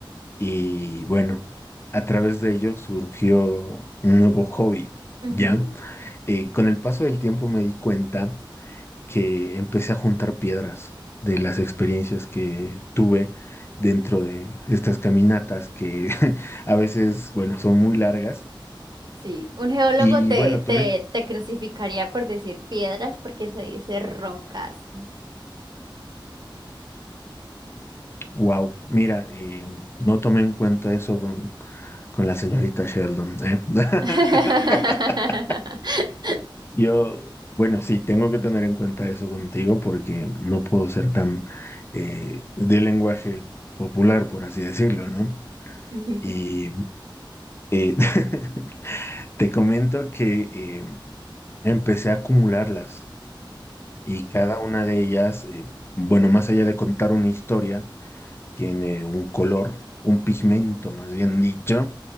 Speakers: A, on the left (about 30°); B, on the right (about 55°).
A: y bueno, a través de ello surgió un nuevo hobby, ¿ya?
B: Ujú,
A: Eh, con el paso del tiempo me di cuenta que empecé a juntar piedras de las experiencias que tuve dentro de estas caminatas que <laughs> a veces, bueno, son muy largas.
B: Sí, un geólogo
A: Y
B: te,
A: bueno, tomé
B: te,
A: en
B: te crucificaría por decir piedras porque se dice rocas.
A: Wow, mira, y no tomé en cuenta eso con, con la señorita Sheldon, ¿eh? <laughs>
B: <laughs>
A: Yo, bueno, sí, tengo que tener en cuenta eso contigo porque no puedo ser tan eh, de lenguaje popular, por así decirlo, ¿no?
B: Ujú.
A: Y eh, <laughs> te comento que eh, empecé a acumularlas y cada una de ellas, eh, bueno, más allá de contar una historia, tiene un color, un pigmento más bien dicho,